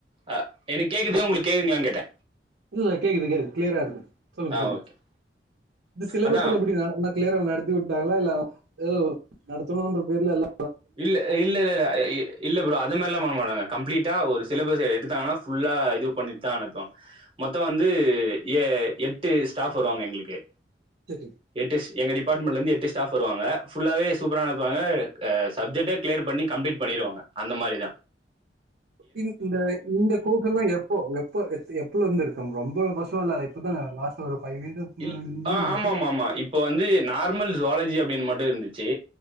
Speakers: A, on the right (about 30°); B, on the right (about 75°).
A: அ எனக் கேக்குது உங்களுக் கேக்குங்ளான் கேட்டெ
B: இல்லெல்ல கேக்குது கேகு கிளியரா இருக்கு சொல்லுங்க
A: ஆ
B: சொல்லுங்க
A: ஓகே.
B: இந்த சிலபஸ்
A: அதான்
B: எல்லா எப்பிடி ந நல்லா கிளியராவ நடத்திவுட் டாங்களா இல்ல எதோ நடத்தணுன்ற பேர்ல எல்லா
A: இல்ல இல்லெலல எ இ இல்ல ப்ரோ அது மாரில்லா பண்ண மாட்டாங்க கம்ப்ளீட்டா ஒரு சிலபஸ எடுத்தாங்கனா ஃபுல்லா இது பண்ணிட் தா அனத்துவாங் மொத்த வந்து ஏ எட்டு ஸ்டாஃப் வருவாங்க எங்ளுக்கு
B: சரி
A: எட்டுஸ் எங்க டிபார்ட்மெண்ட்லெந்து எட்டு ஸ்டாஃப் வருவாங்க ஃபுல்லாவே சூப்பரா நடத்துவாங்க அ சப்ஜெக்டே கிளியர் பண்ணி கம்ப்ளீட் பண்ணிருவாங்க அந்த மாரி தா
B: இந் இந்த இந்த கோஸெல்லா எப்போ எப்ப எத் எப்பலருந்து இருக்கம் ரொம்ப வர்ஷோலா இல்ல இப்பதா லாஸ்டா ஒரு ஃபைவ் இயர்ஸ் முன்னாடி
A: இல் ஆ
B: இருக்கு
A: ஆமாமாமா இப்ப வந்து நார்மல் ஜுவாலஜி அப்டின் மட்டு இருந்து ச்சு